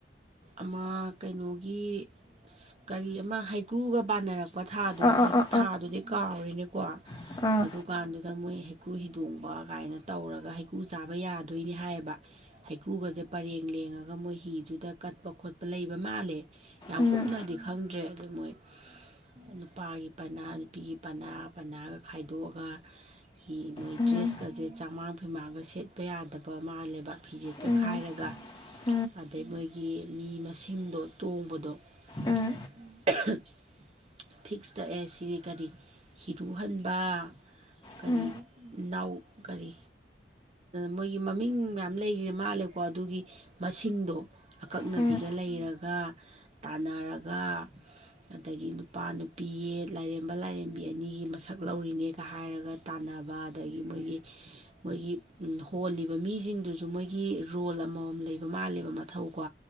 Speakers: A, on the right; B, on the left.
A: ꯑꯃ ꯀꯩꯅꯣꯒꯤ ꯀꯔꯤ ꯑꯃ ꯍꯩꯀ꯭ꯔꯨꯒ ꯕꯥꯅꯔꯛꯄ ꯄ ꯊꯥꯗꯣ
B: ꯑꯥ ꯑꯥ ꯑꯥ
A: ꯊꯥꯗꯨꯗꯤ ꯀꯥꯎꯔꯤꯅꯤꯀꯣ
B: ꯑꯥ ꯑꯥ
A: ꯑꯗꯨꯀꯥꯟꯗꯨꯗ ꯃꯣꯏ ꯍꯩꯀ꯭ꯔꯨ ꯍꯤꯗꯣꯡꯕ ꯀꯥꯏꯅ ꯇꯧꯔꯒ ꯍꯩꯀ꯭ꯔꯨ ꯆꯥꯕ ꯌꯥꯗꯣꯏꯅꯤ ꯍꯥꯏꯌꯦꯕ ꯍꯩꯀ꯭ꯔꯨꯒꯁꯦ ꯄꯔꯦꯡ ꯂꯦꯡꯉꯒ ꯃꯣꯏ ꯍꯤꯗꯨꯗ ꯀꯠꯄ ꯈꯣꯠꯄ ꯂꯩꯕ ꯃꯥꯜꯂꯦ ꯌꯥꯝ
B: ꯎꯝ
A: ꯀꯨꯞꯅꯗꯤ ꯈꯪꯗ꯭ꯔꯦ ꯑꯗꯨ ꯃꯣꯏ ꯅꯨꯄꯥꯒꯤ ꯄꯅꯥ ꯅꯨꯄꯤꯒꯤ ꯄꯅꯥ ꯄꯅꯥꯒ ꯈꯥꯏꯗꯣꯛꯑꯒ ꯍꯤ ꯃꯣꯏ
B: ꯎꯝ
A: ꯗ꯭ꯔꯦꯁꯀꯁꯦ ꯆꯥꯃꯥꯡ ꯐꯩꯃꯥꯡꯒ ꯁꯦꯠꯄ ꯌꯥꯗꯕ ꯃꯥꯜꯂꯦꯕ ꯐꯤꯖꯦꯛꯇ
B: ꯎꯝ
A: ꯈꯥꯏꯔꯒ
B: <unintelligible>
A: ꯑꯗꯩ ꯃꯣꯏꯒꯤ ꯃꯤ ꯃꯁꯤꯡꯗꯣ ꯇꯣꯡꯕꯗꯣ
B: ꯎꯝ
A: <unintelligible> ꯐꯤꯛꯁ ꯇꯛꯑꯦ ꯁꯤꯅꯤ ꯀꯔꯤ ꯍꯤꯔꯨꯍꯟꯕ ꯀꯔꯤ
B: ꯎꯝ
A: ꯅꯥꯎ ꯀꯔꯤ ꯃꯣꯏꯒꯤ ꯃꯃꯤꯡ ꯃꯌꯥꯝ ꯂꯩꯈ꯭ꯔꯦ ꯃꯥꯜꯂꯦꯀꯣ ꯑꯗꯨꯒꯤ ꯃꯁꯤꯡꯗꯣ ꯑꯀꯛꯅꯕꯤꯒ
B: ꯎꯝ
A: ꯂꯩꯔꯒ ꯇꯥꯟꯅꯔꯒ ꯑꯗꯒꯤ ꯅꯨꯄꯥ ꯅꯨꯄꯤ ꯄꯤꯌꯦ ꯂꯥꯏꯔꯦꯝꯕ ꯂꯥꯏꯔꯦꯝꯕꯤ ꯑꯅꯤꯒꯤ ꯃꯁꯛ ꯂꯧꯔꯤꯅꯦꯒ ꯍꯥꯏꯔꯒ ꯇꯥꯟꯅꯕ ꯑꯗꯒꯤ ꯃꯣꯏꯒꯤ ꯃꯣꯏꯒꯤ ꯍꯣꯜꯂꯤꯕ ꯃꯤꯁꯤꯡꯗꯨꯁꯨ ꯃꯣꯏꯒꯤ ꯔꯣꯜ ꯑꯃꯃꯝ ꯂꯩꯕ ꯃꯥꯜꯂꯦꯕ ꯃꯊꯧꯀꯣ